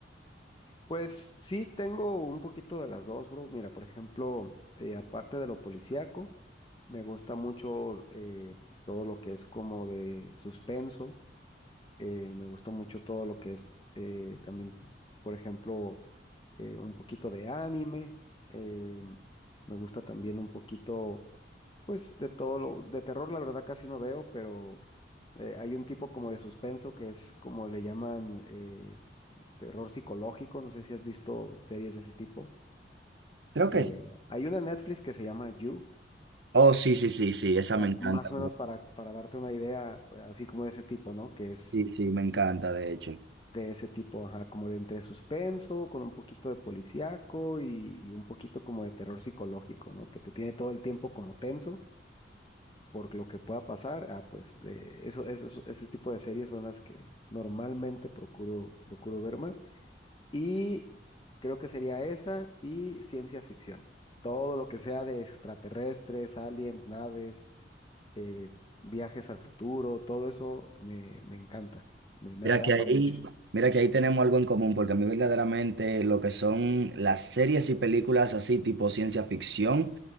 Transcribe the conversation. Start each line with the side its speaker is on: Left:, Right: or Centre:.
Left: Pues sí, tengo un poquito de las dos, bro. Mira, por ejemplo, eh, aparte de lo policíaco, me gusta mucho eh, todo lo que es como de suspenso. eh, me gusta mucho todo lo que es eh, también, por ejemplo, eh, un poquito de anime. eh, me gusta también un poquito, pues, de todo lo de terror. La verdad casi no veo, pero eh, hay un tipo como de suspenso que es como le llaman eh, terror psicológico. No sé si has visto series de ese tipo
Right: Creo
Left: eh,
Right: que es.
Left: hay una en Netflix que se llama You,
Right: Oh, sí, sí, sí, sí, esa
Left: eh,
Right: me encanta.
Left: más o menos para, para darte una idea, pues, así como de ese tipo, ¿no? Que es
Right: Sí, sí, me encanta, de hecho.
Left: de ese tipo, ajá, como de entre suspenso, con un poquito de policíaco y, y un poquito como de terror psicológico, ¿no? Que te tiene todo el tiempo como tenso por lo que pueda pasar. Ah, pues de eso, esos- ese tipo de series son las que normalmente procuro, procuro ver más. Y creo que sería esa y ciencia ficción. Todo lo que sea de extraterrestres, aliens, naves eh, viajes al futuro, todo eso me, me encanta, me, me
Right: Mira
Left: atrapa
Right: que ahí,
Left: mucho.
Right: mira que ahí tenemos algo en común, porque a mí verdaderamente lo que son las series y películas así tipo ciencia ficción